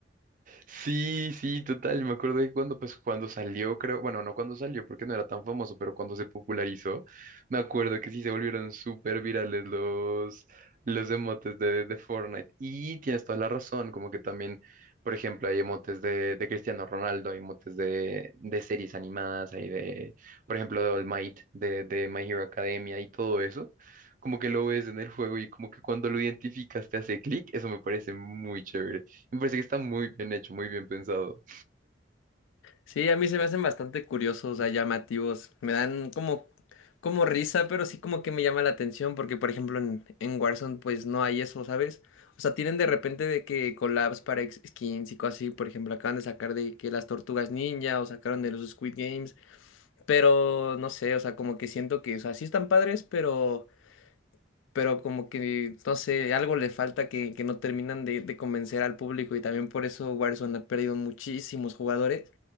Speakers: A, on the right; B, on the left.
A: Sí, sí, total. Me acuerdo que cuando, pues, cuando salió, creo, bueno, no cuando salió porque no era tan famoso, pero cuando se popularizó, me acuerdo que sí se volvieron súper virales los, los emotes de, de Fortnite. Y tienes toda la razón, como que también, por ejemplo, hay emotes de, de Cristiano Ronaldo, hay emotes de, de series animadas, hay de, por ejemplo, de All Might, de, de My Hero Academia y todo eso. Como que lo ves en el juego y como que cuando lo identificas te hace clic, eso me parece muy chévere. Me parece que está muy bien hecho, muy bien pensado.
B: Sí, a mí se me hacen bastante curiosos, o sea, llamativos. Me dan como, como risa, pero sí como que me llama la atención porque, por ejemplo, en, en Warzone pues no hay eso, ¿sabes? O sea, tienen de repente de que collabs para ex- skins y cosas así. Por ejemplo, acaban de sacar de que las tortugas ninja o sacaron de los Squid Games. Pero no sé, o sea, como que siento que, o sea, sí están padres, pero, pero como que, no sé, algo le falta que, que no terminan de, de convencer al público y también por eso Warzone ha perdido muchísimos jugadores